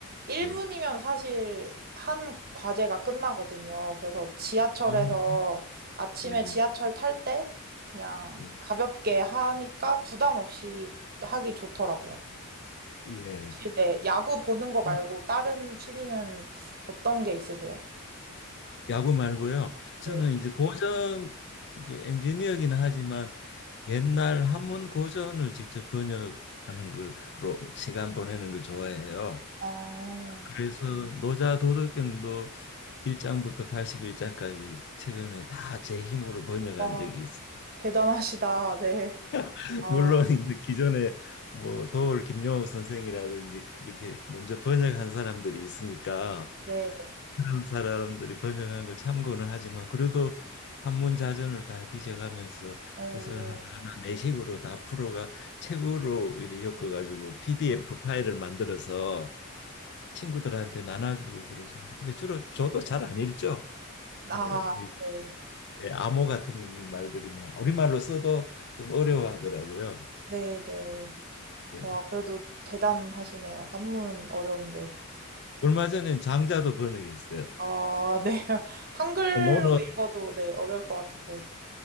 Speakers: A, on the right (about 45°); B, on the left (about 50°).
A: 1분이면
B: 예.
A: 사실 한 과제가 끝나거든요. 그래서 지하철에서
B: 어.
A: 아침에
B: 예.
A: 지하철 탈 때 그냥
B: 예.
A: 가볍게 하니까 부담 없이 하기 좋더라고요.
B: 예.
A: 혹시 네, 야구 보는 거 말고
B: 예.
A: 다른 취미는 어떤 게 있으세요?
B: 야구 말고요. 저는
A: 네.
B: 이제 고전 이제 엔지니어기는 하지만 옛날 한문 고전을 직접 번역하는 걸로 시간 보내는 걸 좋아해요.
A: 아,
B: 그래서 노자 도덕경도 1장부터 81장까지 최근에 다 제 힘으로 번역한
A: 와,
B: 적이 있어요.
A: 대단하시다. 네.
B: <laughs>
A: 아,
B: 물론 이제 기존에 뭐 도올 김용옥 선생이라든지 이렇게 먼저 번역한 사람들이 있으니까
A: 네, 네.
B: 그런 사람들이 번역한 걸 참고는 하지만 그래도 한문자전을 다 뒤져가면서
A: 오,
B: 뜻을 하나하나 내식으로 다 풀어가 책으로 이렇게 엮어가지고 PDF 파일을 만들어서 친구들한테 나눠주고 그러죠. 근데 주로 저도 잘 안 읽죠.
A: 아,
B: 뭐
A: 네.
B: 예, 암호 같은 말들이 막 우리말로 써도 좀 어려워하더라고요.
A: 네, 네.
B: 예.
A: 와, 그래도 대단하시네요. 한문 어려운데.
B: 얼마 전에 장자도 번역했어요.
A: 아, 네. <laughs> 한글로
B: 논어
A: 읽어도 네, 어려울 것 같은데.